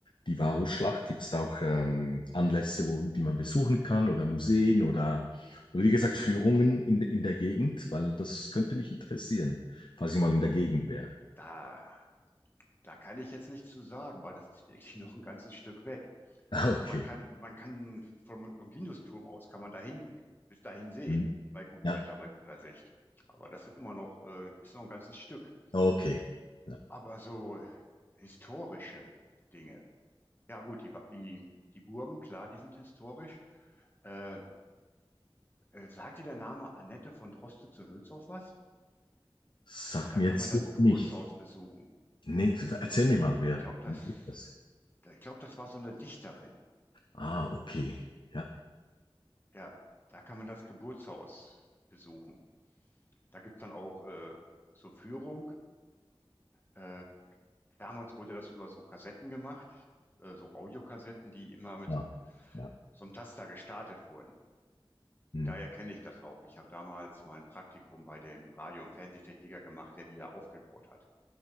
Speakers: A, on the left (about 55°); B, on the left (about 20°).
A: die Varusschlacht, gibt es da auch ähm, Anlässe, wo, die man besuchen kann oder Museen oder, oder wie gesagt Führungen in, de- in der Gegend? Weil das könnte mich interessieren, falls ich mal in der Gegend wäre. <laughs>
B: da, da kann ich jetzt nichts zu sagen, weil das ist wirklich <laughs> noch ein ganzes Stück weg.
A: Ah, Okay.
B: Man kann, man kann vom Longinus-Turm aus, kann man dahin, bis dahin sehen,
A: Hm.
B: bei gutem
A: Ja,
B: Wetter, bei guter Sicht. Aber das sind immer noch, äh, ist noch ein ganzes Stück.
A: okay. Ja.
B: Aber so historische Dinge. Ja, gut, die, Wa- die, die Burgen, klar, die sind historisch. Äh, äh, sagt dir der Name Annette von Droste zu Hülshoff was?
A: Sag
B: Da
A: mir
B: kann
A: jetzt
B: man das
A: so
B: Geburtshaus
A: nicht.
B: besuchen.
A: Nee, erzähl mir mal, wer
B: Ich glaube, das,
A: ist das?
B: da- ich glaube, das war so eine Dichterin.
A: Ah, okay. Ja,
B: Ja, da kann man das Geburtshaus besuchen. Da gibt es dann auch äh, so Führung. Äh, damals wurde das über so Kassetten gemacht, äh, so Audiokassetten, die immer mit
A: klar.
B: so einem,
A: Ja.
B: so einem Taster gestartet wurden.
A: Hm.
B: Daher kenne ich das auch. Ich habe damals mal ein Praktikum bei dem Radio- und Fernsehtechniker gemacht, der die da aufgebaut hat.